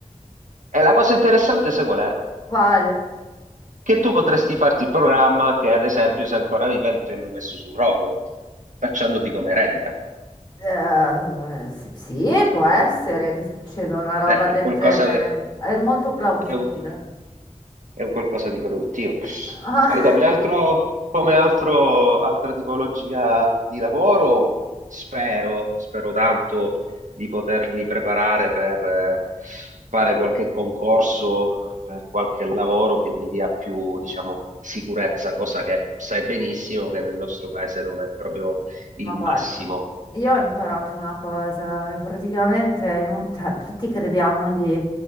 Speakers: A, on the right (about 75°); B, on the left (about 35°).
A: e la cosa interessante, sai qual è?
B: Quale?
A: Che tu potresti farti il programma che, ad esempio, se ancora vivente hanno messo sul rogo, facciandoti come eretica.
B: Eh, sì, sì, può essere che succeda una roba
A: Eh, è
B: del
A: un qualcosa
B: genere.
A: che...
B: È molto plausibile.
A: è un- è un qualcosa di produttivo.
B: <laughs> Ah,
A: Poi come altro, come altro- altra tipologia di lavoro, spero, spero tanto di potermi preparare per eh, fare qualche concorso, per qualche lavoro che mi dia più, diciamo, sicurezza, cosa che sai benissimo che nel nostro paese non è proprio il
B: ma guarda,
A: massimo.
B: io ho imparato una cosa che praticamente è inu- cioè, tutti crediamo di